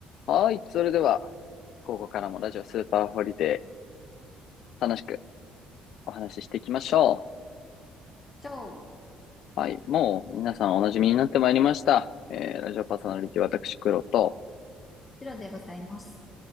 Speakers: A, on the left (about 65°); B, on the left (about 25°).
A: はい。それでは、ここからもラジオスーパーホリデー、楽しくお話ししていきましょ
B: チョウ、
A: う。はい。もう、皆さんお馴染みになってまいりました。えー、ラジオパーソナリティ、私、黒と。
B: シロでございます。